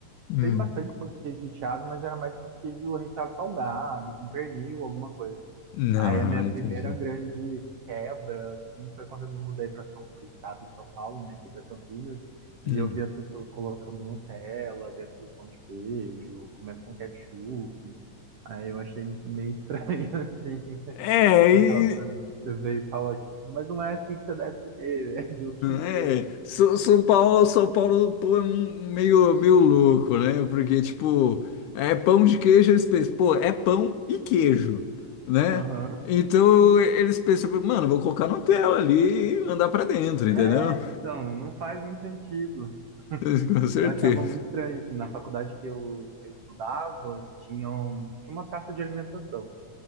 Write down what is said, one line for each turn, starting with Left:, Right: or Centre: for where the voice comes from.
Left: Hum.
Right: tem bastante pão de queijo recheado, mas era mais pão de queijo recheado salgado, com pernil, alguma coisa.
Left: Não,
Right: Aí a minha
Left: entendi.
Right: primeira grande quebra, assim, foi quando eu me mudei para São pro estado de São Paulo, né, aqui para Campinas, e
Left: Hum.
Right: eu vi as pessoas colocando Nutella dentro do pão de queijo, comendo com ketchup. Aí eu achei meio estranho, <laughs> assim,
Left: É,
Right: sabe
Left: e,
Right: aquela coisa que você vê e fala, tipo, mas não é assim que você deve comer, <laughs> é de outro jeito.
Left: é, São São Paulo, São Paulo, pô, é um, um meio, meio louco, né? Porque, tipo, é pão de queijo, eles pensam, pô, é pão e queijo, né?
Right: Aham.
Left: Então eles pensam, mano, vou colocar no tela ali e mandar pra dentro, entendeu?
Right: É, então, não faz muito sentido.
Left: <laughs> Com certeza.
Right: Eu achava muito estranho, assim, na faculdade que eu, que eu estudava, tinham, tinha uma praça de alimentação.